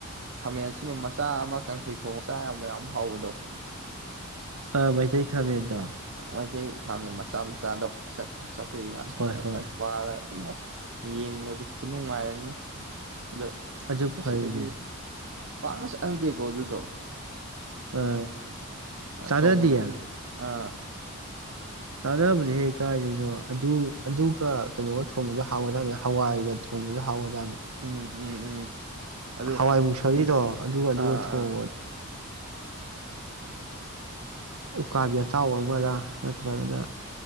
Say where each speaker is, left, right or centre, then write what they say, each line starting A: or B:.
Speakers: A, on the right (about 55°); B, on the right (about 80°).
A: ꯈꯥꯃꯦꯟ ꯑꯁꯤꯃ ꯃꯁ ꯆꯥ ꯑꯃ ꯀꯥꯡꯁꯣꯏ ꯊꯣꯡꯉ ꯆꯥ ꯌꯥꯕ ꯌꯥꯝ ꯍꯥꯎꯕꯗꯣ
B: ꯑ ꯃꯩꯇꯩ ꯈꯥꯃꯦꯟꯗꯣ
A: ꯃꯩꯇꯩ ꯈꯥꯃꯦꯟ ꯃꯆꯥ ꯃꯆꯥꯗꯣ ꯄꯤꯁꯛ ꯄꯤꯁꯛ ꯄꯤꯛ ꯉꯥꯡꯁꯪ
B: ꯍꯣꯏ
A: ꯉꯥꯡꯁꯪ
B: ꯍꯣꯏ
A: ꯄꯥꯔꯒꯥ ꯏꯃꯥꯏ ꯌꯦꯡꯕꯗꯤ ꯈꯨꯅꯨꯡꯉꯥꯏꯝꯅꯤ ꯑꯗꯣ
B: ꯑꯗꯨ ꯐꯔꯤꯅꯦ
A: ꯑꯁꯤꯗꯗꯤ ꯄꯥꯛꯅꯥ ꯆꯥꯅꯗꯦꯀꯣ ꯑꯗꯨ ꯗꯣ
B: ꯑ
A: ꯑꯆꯧꯕꯗꯨꯗ
B: ꯆꯥꯅꯗꯤꯌꯦ
A: ꯑꯥ
B: ꯆꯥꯅꯕꯅꯤ ꯍꯦ ꯀꯥꯏꯗꯩꯅꯣ ꯑꯗꯨ ꯑꯗꯨꯒ ꯀꯩꯅꯣꯒ ꯊꯣꯡꯕꯖꯨ ꯍꯥꯎꯒꯖꯥꯅꯤ ꯍꯋꯥꯏꯒ ꯊꯣꯡꯕꯖꯨ ꯍꯥꯎꯒꯖꯥꯅꯤ
A: ꯎꯝ ꯎꯝ ꯎꯝ ꯑꯗꯨ
B: ꯍꯋꯥꯏ ꯃꯨꯁꯣꯔꯤꯗꯣ ꯑꯗꯨꯒ ꯑꯗꯨꯒ
A: ꯑꯥ
B: ꯊꯣꯡꯉꯣ
A: ꯑꯥ
B: ꯎꯀꯥꯕꯤ ꯑꯇꯥꯎꯕ ꯑꯃꯔꯥ ꯅꯠꯇ꯭ꯔꯒꯅ